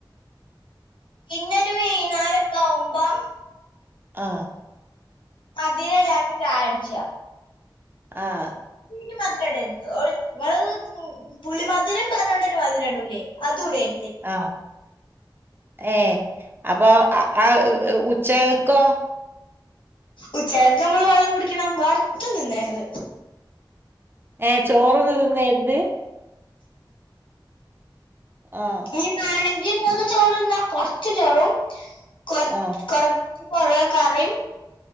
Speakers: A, on the left; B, on the right.
A: പിന്ന രുവെയ്ന്നാരക്കാഉമ്പം
B: ആ
A: മതിരല്ലാത്ത ചായട്ച്യാ
B: ആഹ്
A: ക്ഞ്ഞി മധുടേര്ത് ഒര് ങ്ങള് തു പുളി മധുരം പർഞ്ഞോണ്ടൊരു മധുരം ഇടുലേ. അതു ഇട
B: ആ ഏ അപ്പൊ ആ ആ ഉച്ചക്കോ
A: ഉച്ചക്ക് നമ്മള് വെള്ളം കുടിക്കണം വേറൊത്തും നിന്നേര്ത്
B: ഏഹ് ചോറ് തിന്നെരുത്? ആഹ്
A: ഏഹ് വേണെങ്കി ഇങ്ങക്ക് ചോറു തിന്നാം. കൊറച്ച് ചോറും കൊറ
B: ആഹ്
A: കൊറ കൊറേ കറിയും